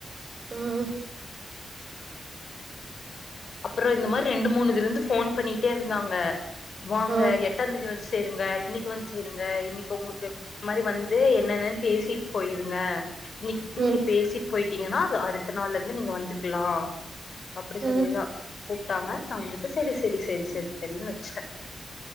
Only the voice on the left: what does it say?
அப்புறோ இந்த மாதிரி ரெண்டு மூணுதுல இருந்து போன் பண்ணிட்டே இருந்தாங்க வாங்க
எட்டாந்தேதி வச் சேருங்க இன்னைக்கு வந்து சேருங்க இன்னைக்கு உங்ளுக்கு இன்ன மாரி வந்து என்னன்ன்னு பேசிட்டு போயிருங்க இன்னைக்
நீங்க பேசிட்டு போயிட்டீங்கன்னா அது அடுத்த நாள்ல இருந்து நீங்க வந்துக்கலா அப்டி சொல்லிருதா
கூப்ட்டாங்க நா வந்துட்டு செரி செரி செரி செரி செரின்னு வச்சுட்டே